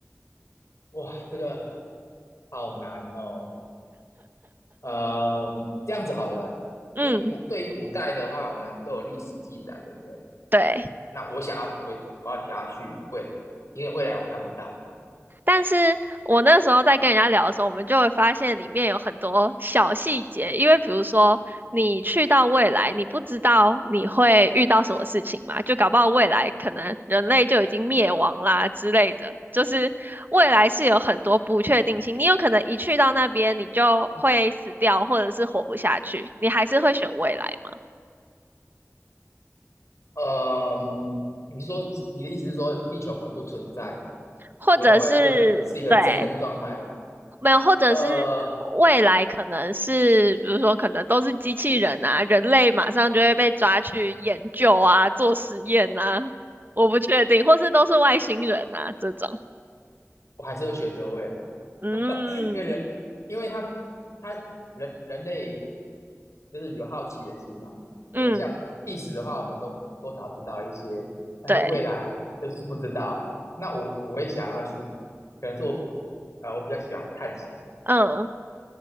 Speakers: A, on the left (about 70°); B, on the right (about 40°).
A: 哇，这个好难哦。嗯，这样子好了，
B: 嗯，
A: 因为古对于古代的话，我们都有历史记载，对不对？
B: 对。
A: 那我想要回，我要想要去未来，因为未来我看不到。
B: 但是我那时候在跟人家聊的时候，我们就会发现里面有很多小细节，因为比如说你去到未来，你不知道你会遇到什么事情嘛，就搞不好未来可能人类就已经灭亡啦之类的，就是未来是有很多不确定性，你有可能一去到那边你就会死掉，或者是活不下去，你还是会选未来吗？
A: 嗯，你说你的意思是说地球可不存在了，
B: 或者是对。
A: 回到未来就可能是一个真空状态了。
B: 没有，或者是
A: 呃，
B: 未来可能是，比如说可能都是机器人啊，人类马上就会被抓去研究啊，做实验啊，我不确定，或是都是外星人啊这种。
A: 我还是会选择未来，
B: 嗯
A: <laughs> 因为人，因为他他人人类就是有好奇的心嘛，
B: 嗯，
A: 对不对？像历史的话，我们都多少知道一些，但是未来就是不知道。
B: 对，
A: 那我我会想要去，可能是我呃，我比较喜欢探险，
B: 嗯。